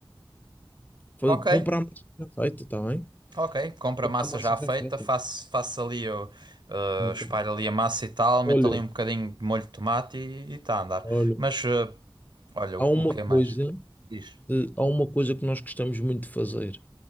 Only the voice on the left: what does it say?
Foi
comprar a massa já feita, está bem?
Comprar
a massa
já
feita.
Nunca
mais.
Olha,
olha,
há
uma
coisa,
eh, há uma coisa que nós gostamos muito de fazer.